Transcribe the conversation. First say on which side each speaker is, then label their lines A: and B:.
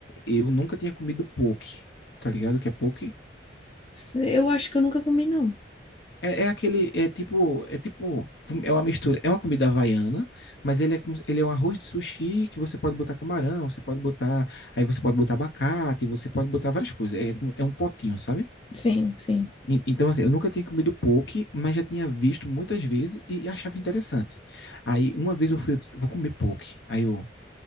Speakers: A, on the left; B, on the left.
A: eu nunca tinha comido poke, tá ligado? O que é poke?
B: Eu acho que eu nunca comi, não.
A: É, é aquele, é tipo, é tipo, é uma mistura, é uma comida havaiana, mas ele é, como se- ele é um arroz de sushi que você pode botar camarão, você pode botar, aí você pode botar abacate, você pode botar várias coisas. É, um- é um potinho, sabe?
B: Sim, sim.
A: E- Então, assim, eu nunca tinha comido poke, mas já tinha visto muitas vezes e e achava interessante. Aí, uma vez eu fui, eu disse, vou comer poke. Aí eu,